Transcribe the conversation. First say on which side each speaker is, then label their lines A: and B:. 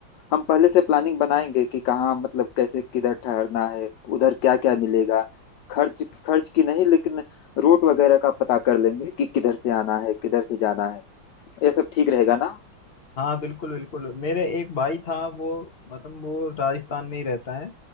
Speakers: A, on the left (about 65°); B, on the left (about 35°).
A: हम पहले से प्लानिंग बनाएंगे कि कहाँ मतलब कैसे किधर ठहरना है उधर क्या क्या मिलेगा खर्च खर्च की नहीं लेकिन रूट वगैरह का पता कर लेंगे कि किधर से आना है किधर से जाना है ये सब ठीक रहेगा ना
B: हाँ बिल्कुल बिल्कुल मेरे एक भाई था वो मतलब वो राजस्थान में ही रहता है